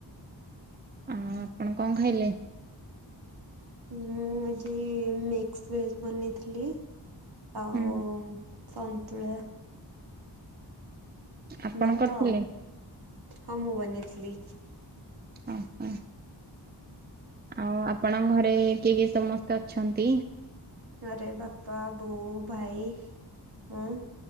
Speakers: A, on the right; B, on the right.
A: ଆ ଆପଣ କଣ ଖାଇଲେ?
B: ମୁଁ ଆଜି ମିକ୍ସ ଭେଜ ବନେଇଥିଲି। ଆଉ
A: ହୁଁ
B: ସନ୍ତୁଳା।
A: ଆପଣ
B: ଭାତ
A: କରିଥିଲେ
B: ଆଉ, ହଁ ମୁଁ ବନେଇଥିଲି।
A: ଓହୋ, ଆଉ ଆପଣଙ୍କ ଘରେ କିଏ କିଏ ସମସ୍ତେ ଅଛନ୍ତି?
B: ଘରେ ବାପା, ବୋଉ, ଭାଇ ହଁ,